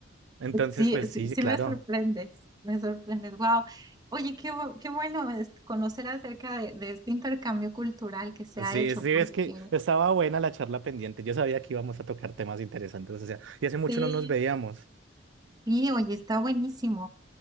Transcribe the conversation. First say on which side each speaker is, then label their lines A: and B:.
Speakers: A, on the right; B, on the right.
A: Entonces,
B: Sí,
A: pues sí,
B: sí,
A: sí,
B: sí
A: claro.
B: me sorprendes, me sorprendes. Wow. Oye, qué, bu- qué bueno es conocer acerca de, de este intercambio cultural que se ha
A: Sí,
B: hecho,
A: sí,
B: porque
A: es que estaba buena la charla pendiente. Yo sabía que íbamos a tocar temas interesantes, o sea, y hace mucho
B: sí,
A: no nos veíamos.
B: sí, oye, está buenísimo.